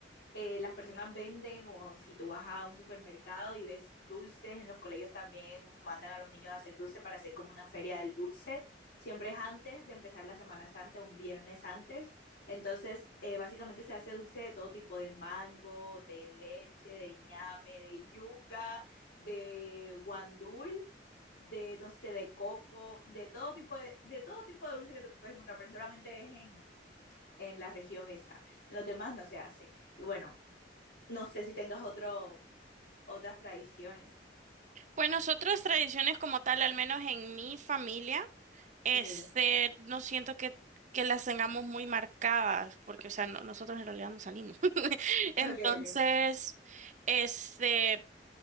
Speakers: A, on the left (about 80°); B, on the right (about 45°).
A: eh, las personas venden o si tú vas a un supermercado y ves dulces, en los colegios también mandan a los niños a hacer dulce para hacer como una feria del dulce. Siempre es antes de empezar la Semana Santa, un viernes antes. Entonces, eh, básicamente se hace dulce de todo tipo, de mango, de leche, de ñame, de yuca, de guandul, de, no sé, de coco, de todo tipo de, de todo tipo de dulce que tú puedes encontrar, pero solamente es en, en la región esa. En los demás no se hace. Y bueno, no sé si tengas otro, otras tradiciones.
B: Pues nosotros tradiciones como tal, al menos en mi familia, este,
A: Ok,
B: no siento que, que las tengamos muy marcadas, porque, o sea, no- nosotros en realidad no salimos. <laughs> Entonces,
A: ok, ok.
B: este,